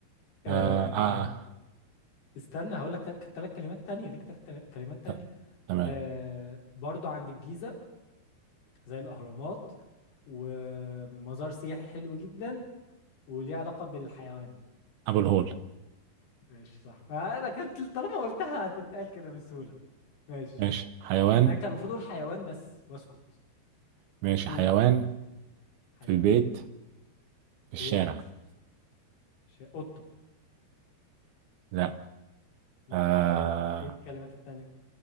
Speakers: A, on the left; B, on the right.
A: آه
B: آه, آه
A: استنى هقول لك ثلاث كلمات تانية ليك ثلاث كلمات تانية
B: ت- تمام
A: آه برضو عند الجيزة زي الأهرامات ومزار سياحي حلو جدا وليه علاقة بالحيوان
B: أبو الهول
A: ماشي صح فأنا كانت طالما قلتها هتتقال كده بسهولة ماشي
B: ماشي حيوان
A: أنا كان المفروض أقول حيوان بس وأسكت
B: ماشي
A: قول
B: حيوان
A: حيوان
B: في البيت في الشارع
A: بيت ش... قطة
B: لا
A: لا
B: آه
A: طب إيه الكلمات التانية